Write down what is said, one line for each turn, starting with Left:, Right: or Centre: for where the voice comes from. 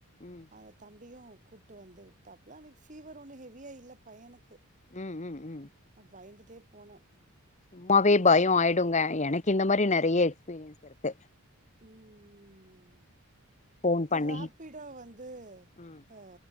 Left: ம்
Right: அந்த தம்பியு கூட்டு வந்து விட்டாப்ல அன்னைக்கு ஃபீவர் ஒன்னு ஹெவியா இல்ல பையனுக்கு
Left: ம் ம் ம்
Right: அ பயந்துட்டே போனோ
Left: சும்மாவே பயோ ஆயிடுங்க எனக்கு இந்த மாரி நெறைய எக்ஸ்பீரியன்ஸ் இர்க்கு
Right: ம் ம் ம் ம்
Left: ஃபோன் பண்ணி
Right: ரேப்பிடோ வந்து
Left: ம்
Right: அ